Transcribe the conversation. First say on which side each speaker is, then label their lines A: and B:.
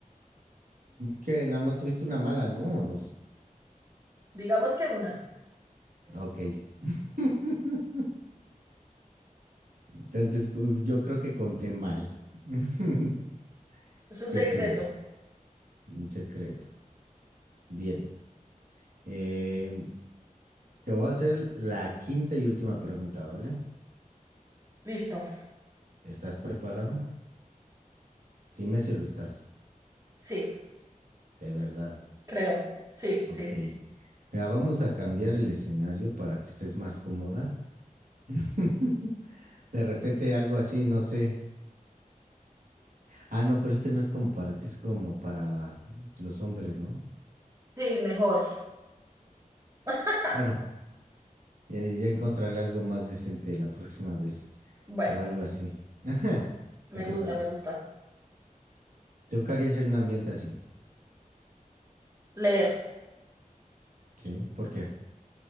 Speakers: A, on the right; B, on the right.
A: Que nada más tuviste una mala, ¿no? O dos.
B: Digamos que una.
A: Ok. <laughs> Entonces, cu- yo creo que conté mal. <laughs>
B: Es un
A: ¿Qué
B: secreto.
A: opinas? Un secreto. Bien. Em, te voy a hacer la quinta y última pregunta, ¿vale?
B: Listo.
A: ¿Estás preparada? Dime si lo estás.
B: Sí,
A: De verdad.
B: creo. Sí,
A: Ok.
B: sí, sí, sí.
A: Mira, vamos a cambiar el escenario para que estés más cómoda. <laughs> De repente algo así, no sé. Ah, no, pero este no es como para ti, es como para los hombres, ¿no?
B: Sí, mejor. <laughs>
A: Bueno, Ya, ya encontraré algo más decente la próxima vez
B: Bueno,
A: o algo así. <laughs> Ajá.
B: me
A: ¿Qué te
B: gusta,
A: parece?
B: me gusta.
A: Yo quería hacer un ambiente así,
B: Leer.
A: ¿sí? ¿Por qué?